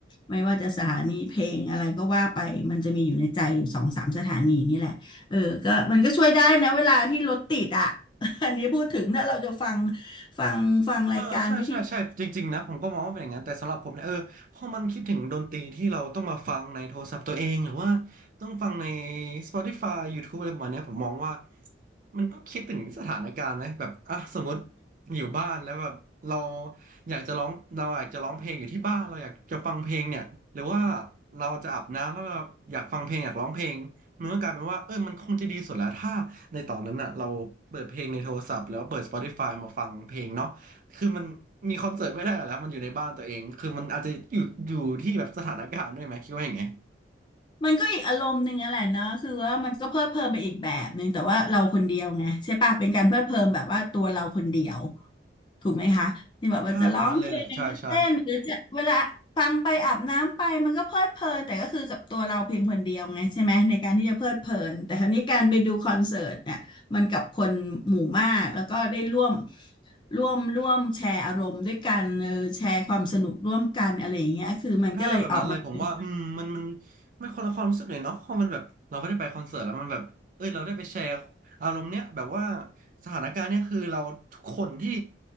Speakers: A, on the left; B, on the right.
A: ไม่ว่าจะสถานีเพลงอะไรก็ว่าไปมันจะมีอยู่ในใจอยู่สองสามสถานีนี่แหละเออก็มันก็ช่วยได้นะเวลาที่รถติดอ่ะ <laughs> อันนี้พูดถึงถ้าเราจะฟังฟังฟังรายการวิทยุ
B: เออใช่ใช่ใช่จริงๆนะผมก็มองว่าเป็นอย่างนั้นแต่สำหรับผมเนี่ยเออพอมันคิดถึงดนตรีที่เราต้องมาฟังในโทรศัพท์ตัวเองหรือว่าต้องฟังใน Spotify YouTube อะไรประมาณเนี้ยผมมองว่ามันต้องคิดถึงสถานการณ์ไหมแบบอ่ะสมมติอยู่บ้านแล้วแบบเราอยากจะร้องเราอยากจะร้องเพลงอยู่ที่บ้านเราอยากจะฟังเพลงเนี่ยหรือว่าเราจะอาบน้ำแล้วเราอยากฟังเพลงอยากร้องเพลงมันก็กลายเป็นว่าเออมันคงจะดีสุดแล้วถ้าในตอนนั้นอ่ะเราเปิดเพลงในโทรศัพท์แล้วเปิด Spotify มาฟังเพลงเนาะ คือมันมีคอนเสิร์ตไม่ได้แล้วมันอยู่ในบ้านตัวเอง คือมันอาจจะอยู่อยู่ที่แบบสถานการณ์ด้วยไหมคิดว่าอย่างไง
A: มันก็อีกอารมณ์หนึ่งอะแหละเนาะคือว่ามันก็เพลิดเพลินไปอีกแบบหนึ่งแต่ว่าเราคนเดียวไงใช่ปะเป็นการเพลิดเพลินแบบว่าตัวเราคนเดียวถูกไหมคะนี่แบบว่าจะร้องเพลงจะเต้นหรือจะเวลาฟังไปอาบน้ำไปมันก็เพลิดเพลินแต่ก็คือกับตัวเราเพียงคนเดียวไงใช่ไหมในการที่จะเพลิดเพลินแต่คราวนี้การไปดูคอนเสิร์ตเนี่ยมันกับคนหมู่มากแล้วก็ได้ร่วม
B: ใช่แบบนั้นเลยแหละ ใช่ใช่
A: ร่วมร่วมแชร์อารมณ์ด้วยกันเออแชร์ความสนุกร่วมกันอะไรอย่างเงี้ยคือมันก็เลยออกมาเป็น
B: ถ้าแบบนั้นเลยผมว่าอืมมันมันมันคนละความรู้สึกเลยเนาะเพราะมันแบบเราไม่ได้ไปคอนเสิร์ตแล้วมันแบบเอ้ยเราได้ไปแชร์อารมณ์เนี้ยแบบว่าสถานการณ์เนี้ยคือเราทุกคนที่